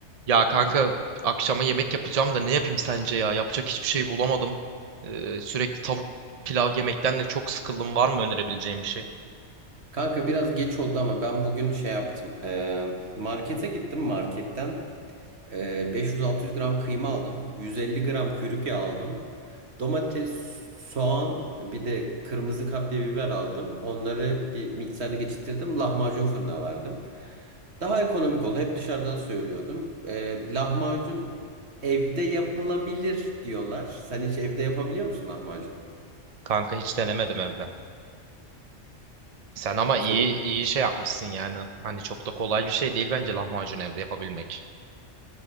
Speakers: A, on the right; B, on the right.
A: Ya kanka akşama yemek yapacağım da ne yapayım sence ya? Yapacak hiçbir şey bulamadım. Ee, sürekli tavuk pilav yemekten de çok sıkıldım. Var mı önerebileceğim bir şey?
B: Kanka biraz geç oldu ama ben bugün şey yaptım. Ee, markete gittim marketten. Ee, 500-600 gram kıyma aldım. 150 gram kuyruk yağı aldım. Domates, soğan bir de kırmızı kapya biber aldım. Onları bir mikserde geçirttirdim. Lahmacun fırına verdim. Daha ekonomik oldu. Hep dışarıdan söylüyordum. Ee, lahmacun evde yapılabilir diyorlar. Sen hiç evde yapabiliyor musun lahmacun?
A: Kanka hiç denemedim evde. Sen ama iyi
B: Fırın.
A: iyi şey yapmışsın yani. Hani çok da kolay bir şey değil bence lahmacun evde yapabilmek.